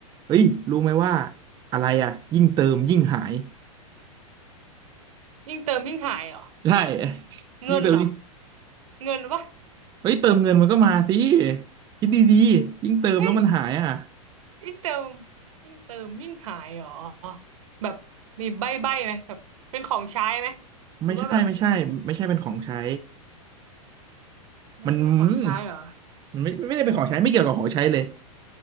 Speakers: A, on the right (about 25°); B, on the right (about 65°).
A: เฮ้ยรู้ไหมว่าอะไรอะยิ่งเติมยิ่งหาย
B: ยิ่งเติมยิ่งหายเหรอ
A: ใช่ <laughs>
B: เงินเหรอ
A: ยิ่งเติมยิ่ง
B: เงินวะ
A: เฮ้ยเติมเงินมันก็มาสิคิดดีๆยิ่งเติมแล้วมันหายอ่ะ
B: เอ้ยยิ่งเติมยิ่งเติมยิ่งหายเหรอแบบมีใบ้ใบ้ไหมแบบเป็นของใช้ไหมหรือว่าแบบ
A: ไม่ใช่ไม่ใช่ไม่ใช่เป็นของใช้
B: ไม่ใช่เป็นของใช้เหรอ
A: มันอืมมันไม่ไม่ได้เป็นของใช้ไม่เกี่ยวกับของใช้เลย